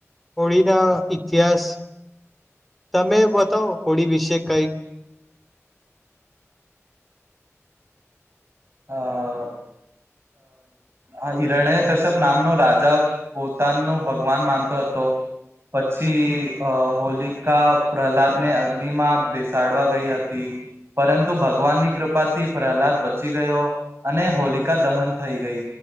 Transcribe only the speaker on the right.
અ અ હિરણ્ય કશ્યપ નામનો રાજા પોતાનો ભગવાન માનતો હતો પછી અ હોલિકા પ્રહલાદને અગ્નિમાં બેસાડવા ગઈ હતી પરંતુ ભગવાનની કૃપાથી પ્રહલાદ ચી ગયો અને હોલિકા દહન થઈ ગઈ